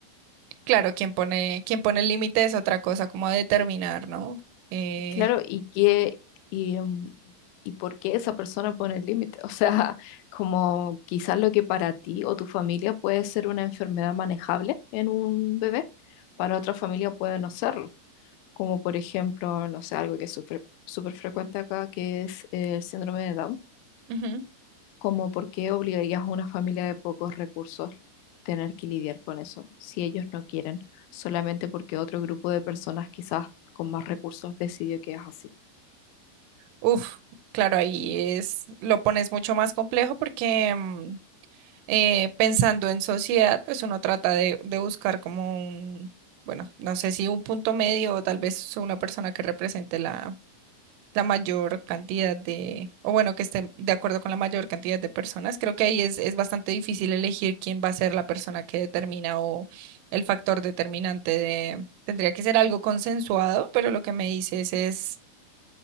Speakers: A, on the right; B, on the left.
A: Claro, quien pone, quien pone el límite es otra cosa, como a determinar,
B: Y-
A: ¿no? Eh,
B: Claro, y qué y, em, y por qué esa persona pone el límite. O sea, <laughs> como quizás lo que para ti o tu familia puede ser una enfermedad manejable en un bebé, para otra familia puede no serlo. como por ejemplo, no sé, algo que es súper súper frecuente acá, que es eh, el síndrome de Down,
A: ujú.
B: como por qué obligarías a una familia de pocos recursos tener que lidiar con eso, si ellos no quieren, solamente porque otro grupo de personas quizás con más recursos decidió que es así.
A: Uf, claro, ahí es, lo pones mucho más complejo porque em, eh, pensando en sociedad, pues uno trata de, de buscar como un, bueno, no sé si un punto medio o tal vez una persona que represente la, la mayor cantidad de, o bueno, que esté de acuerdo con la mayor cantidad de personas. Creo que ahí es, es bastante difícil elegir quién va a ser la persona que determina o el factor determinante de... Tendría que ser algo consensuado, pero lo que me dices es